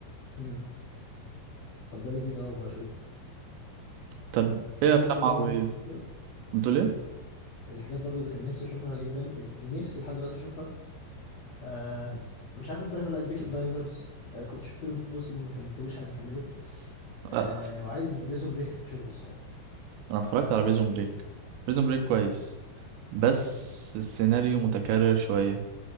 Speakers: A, on the left; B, on the right.
A: امم طب ده لذيذ قوي بشوف
B: طب ايه
A: حاجات
B: افلام
A: برضو اللي
B: عربيه
A: انا نفسي اشوفها
B: بتقول ايه
A: الحاجات برضو اللي كان نفسي اشوفها جدا اللي نفسي لحد دلوقتي اشوفها آه مش عارف قلت لك ولا لا، بيكي بلايندرز آه كنت شفت له موسم ما كملتهوش عايز اكمله آه
B: آه. آه،
A: وعايز بريزون بريك اشوفه الصراحه
B: انا اتفرجت على بريزون بريك بريزون بريك كويس بس السيناريو متكرر شويه